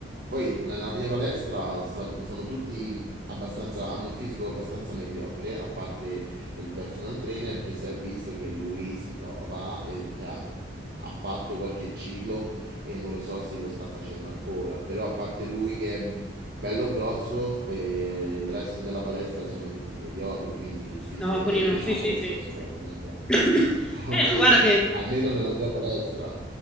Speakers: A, on the right; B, in the centre.
A: Poi la- nella mia palestra san- sono tutti abbastanza, hanno un fisico abbastanza mediocre, a parte il personal trainer che si è visto che lui si dopa, e, cioè ha ha fatto qualche ciclo e non lo so se lo sta facendo ancora, però a parte lui che è bello grosso e il resto della palestra sono tutti mediocri, quindi il fisico
B: No,
A: mio
B: quindi no,
A: diciamo
B: sì, sì,
A: che
B: sì.
A: sto sopra la media.
B: <coughs>
A: <laughs>
B: Eh, ma guarda che...
A: Almeno nella mia palestra.